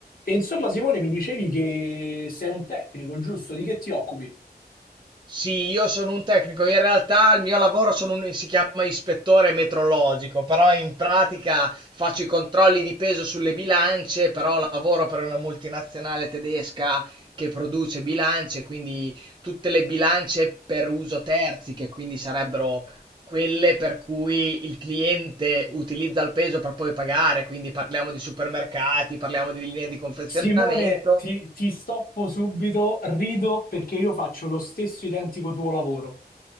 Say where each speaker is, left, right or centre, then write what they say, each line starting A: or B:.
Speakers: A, on the left; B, on the right.
A: E insomma, Simone, mi dicevi che sei un tecnico, giusto? Di che ti occupi?
B: Sì, io sono un tecnico, in realtà il mio lavoro sono un- si chiama ispettore metrologico, però in pratica faccio i controlli di peso sulle bilance, però lavoro per una multinazionale tedesca che produce bilance, quindi tutte le bilance per uso terzi, che quindi sarebbero quelle per cui il cliente utilizza il peso per poi pagare, quindi parliamo di supermercati, parliamo di linee di confezionamento,
A: Simone, ti, ti stoppo subito, rido perché io faccio lo stesso identico tuo lavoro.